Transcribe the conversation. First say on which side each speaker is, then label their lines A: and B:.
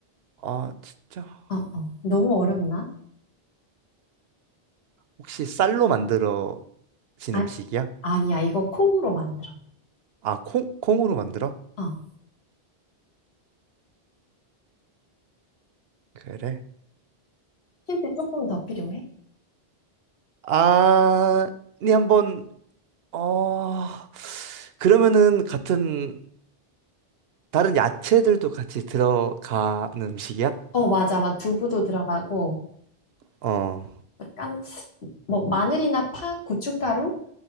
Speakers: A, on the right; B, on the left.
A: 아, 진짜.
B: 어, 어, 너무 어렵나?
A: 혹시 쌀로 만들어진
B: 아,
A: 음식이야?
B: 아니야, 이거 콩으로 만들어.
A: 아, 콩, 콩으로 만들어?
B: 어,
A: 그래.
B: 힌트 조금 더 필요해?
A: 아, 니 한번, 어, 그러면은 같은, 다른 야채들도 같이 들어가는 음식이야?
B: 어, 맞아, 막 두부도 들어가고,
A: 어.
B: 약간, 뭐, 마늘이나 파, 고춧가루?